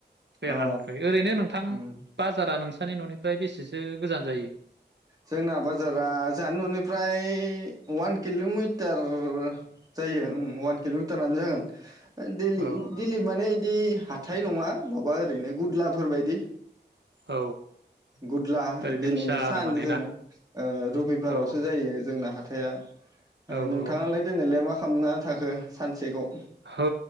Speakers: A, on the right (about 80°); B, on the right (about 20°).
A: बेरानिफ्राय
B: अ
A: ओरैनो नोंथां
B: उम
A: बाजारा नों सानि ननिफ्राय बेसेसो गोजान जायो?
B: जोंना बाजारा जाहानि न'निफ्राय अवान किल'मिटार जायो ओ उम अवान किल'मिटारानो जागोन। दिलि
A: औ
B: दिलि माने इदि हाथाय नङा माबा ओरैनो गुदलाफोर बायदि
A: औ
B: गुदला
A: ओरैनो
B: दिनै
A: फिसा
B: सान
A: आरो माने
B: जोंना
A: ना
B: ओ रबिबारावसो
A: औ
B: जायो जोंना हा थाया ओ
A: औ
B: नोंथाङालाय
A: औ
B: दोनैलाय मा खालामना थाखो सानसेखौ?
A: औ